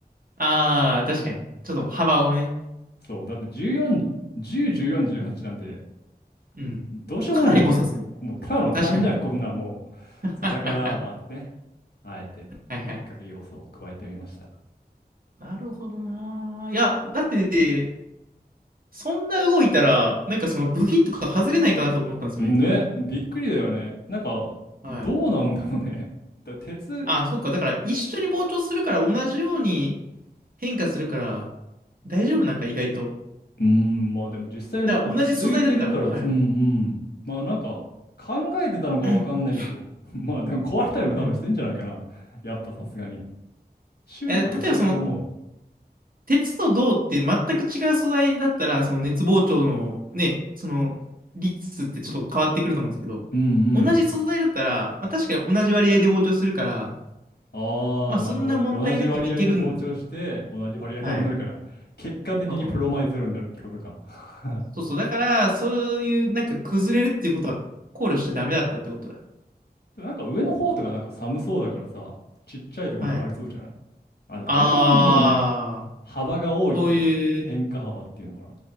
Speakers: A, on the right; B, on the left.
A: ああ、確かに。ちょっと幅をね、
B: そう。だって14、10、14、18なんて、
A: うん。
B: どうしようもないじゃん、
A: かなり誤差ですね。
B: これ。もう、ただの勘じゃん、
A: 確かに。
B: こんなんもう。
A: <laughs>
B: そう、
A: は
B: だから、まあね、あえて、
A: いはい。
B: 引っ掛け要素を加えてみました。
A: なるほどな。いや、だって、そんな動いたら、なんかその部品とか外れないかなと思ったんですよね。
B: ね、びっくりだよね。なんか、
A: はい。
B: どうなんだろうね。だ鉄、
A: あ、そっか。だから一緒に膨張するから同じように変化するから大丈夫なんか意外と。
B: うーん、まあでも実際なんか続いてるからつ、
A: だから同じ素材だったら、はい。
B: うんうん。まあなんか考えてたのかわかんないけど、
A: <clears throat>
B: <laughs> まあでも壊れたりも多分してんじゃないかな。
A: うん。
B: やっぱさすがに。修理とかしてると思
A: え、例えばその鉄と銅って全く違う素材だったら、その熱膨張のね、その率ってちょっと変わってくると思うんですけど、
B: う。うんうん。
A: 同じ素材だったら、まあ、確かに同じ割合で膨張するから、
B: ああ、
A: まあそんな問題なくいけるん。
B: なるほど。同じ割合で膨張して、同じ割合で戻るから、
A: はい。
B: 結果的にプロマイゼロになるってことか。
A: そう。そうそう。だから、そういうなんか崩れるっていうことは考慮しちゃダメだったってことだ。
B: <laughs> でもなんか上の方とかなんか寒そうだからさ、ちっちゃいとこもありそうじゃない
A: はい。
B: あ、でも逆にななんか
A: あー、
B: 幅が多いっていうの。
A: そういうね、
B: 変化幅っていうのかな。